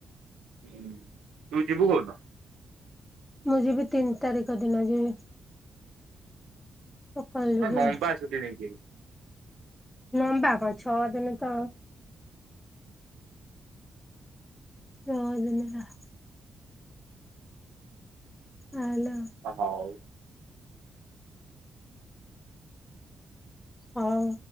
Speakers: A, on the right (about 90°); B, on the left (about 15°).
A: ହୁଁ ତୁ ଯିବୁ କୋଉଦିନ?
B: ମୁଁ ଯିବି ତିନ୍ ତାରିଖ ଦିନ ଯିବି। ସକାଳୁ ଯିବି
A: ହଁ ଲମ୍ବା
B: ଆଉ
A: ଛୁଟି ନେଇକି
B: ଲମ୍ବା କଣ ଛଅ ଦିନ ତ ଛଅଦିନ ତ ହାଲୋ।
A: ହଉ
B: ହଉ